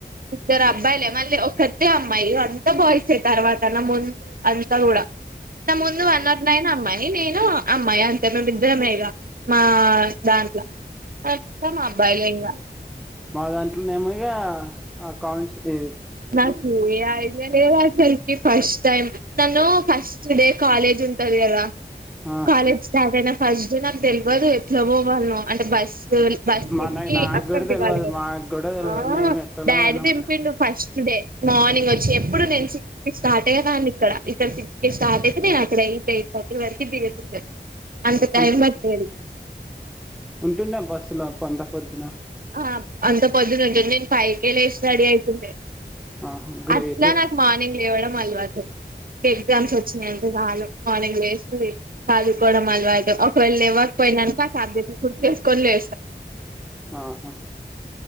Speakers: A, on the right; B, in the centre.
A: ఇద్దరు అబ్బాయిలే మళ్ళీ ఒక్కతె అమ్మాయి ఇగ అంత బాయిసే తర్వాత నా ముందు అంత కూడా
B: అ
A: నా ముందు వన్ నాట్ నైన్ అమ్మాయి నేను అమ్మాయి అంతే మీము ఇద్దరమే ఇగ మా దాంట్ల మొత్తం అబ్బాయిలే ఇంగ
B: మా దాంట్లనేమో ఇగ అకౌట్స్ ఈ
A: నాకు ఏ ఐడియా లేదు అసల్ కి ఫస్ట్ టైమ్ నన్ను ఫస్ట్ డే కాలేజ్ ఉంటది కద
B: ఆ
A: కాలేజ్ స్టార్ట్ అయిన ఫస్ట్ డే నాకు తెలియదు ఎట్లా పోవాళ్నో అంటే బస్ బస్సేక్కి
B: మా నా నాకు
A: అక్కడ
B: కూడా తెలవదు
A: దిగాలిి కదా
B: మాకు కూడా తెలవదు
A: ఆ
B: మేము ఎట్లనో
A: డాడీ
B: పోయినాం
A: దింపిండు ఫస్ట్ తె మార్నింగ్ వచ్చి ఎప్పుడు నేను సిక్స్ కి స్టార్ట్ అయ్యే దాన్ని ఇక్కడ ఇక్కడ సిక్కి స్టార్ట్ అయితే నేను అక్కడ ఎయి ఏయిట్ తర్టీ వరకి దిగుతుండే టైం
B: అంత
A: పట్టేది
B: ఉంటుండే బస్సులు అంత పొద్దున
A: ఆ అంత పొద్దున ఉంటుంది నేను పైకే లసి రెడీ అయితుండే
B: ఆహా! గ్రేటే.
A: అట్లా నాకు మార్నింగ్ లేవడం అలవాటు ఎగ్జామ్స్ వచ్చినాయంటే చాలు మార్నింగ్ లేచి చదువుకోవడం అల్వాటు అయితే ఒకవేళ లేవకపోఇందనుకో ఆ సబ్జెక్ట్ ను గుర్తు చేసుకొని లే
B: ఆహా